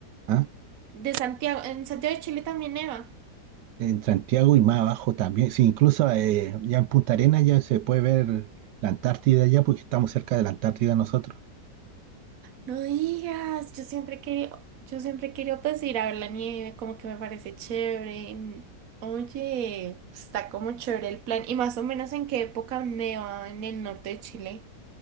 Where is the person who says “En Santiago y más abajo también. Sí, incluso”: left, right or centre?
Right